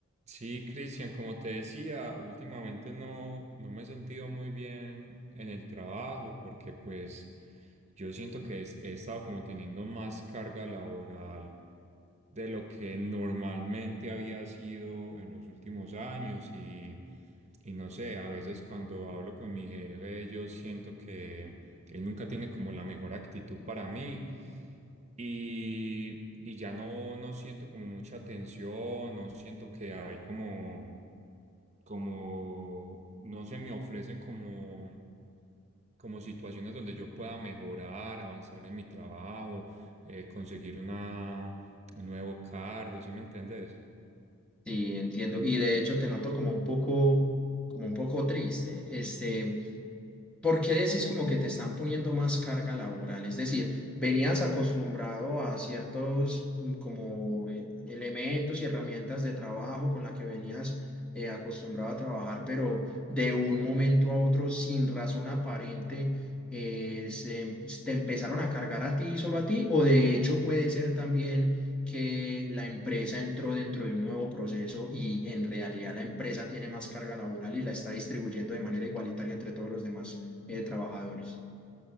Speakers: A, on the right; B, in the centre.
A: Sí, Cristian, como te decía, últimamente no, no me he sentido muy bien en el trabajo porque pues yo siento que es- he estado como teniendo más carga laboral de lo que normalmente había sido en los últimos años y, y no sé, a veces cuando hablo con mi jefe yo siento que él nunca tiene como la mejor actitud para mí y, y ya no, no siento como mucha tensión, no siento que hay como, como, no se me ofrecen como, como situaciones donde yo pueda mejorar, avanzar en mi trabajo, eh, conseguir una, un nuevo cargo, ¿sí me entiendes?
B: Sí, entiendo. Y de hecho te noto como un poco, como un poco triste. Este, porque decís como que te están poniendo más carga laboral? Es decir, venías acostumbrado a ciertos mm, como eh, elementos y herramientas de trabajo con la que venías eh, acostumbrado a trabajar, pero de un momento a otro, sin razón aparente, eh, se em- te empezaron a cargar a ti, y solo a ti, o de hecho puede ser también que la empresa entró dentro de un nuevo proceso y en realidad la empresa tiene más carga laboral y la está distribuyendo de manera igualitaria entre todos los demás eh, trabajadores.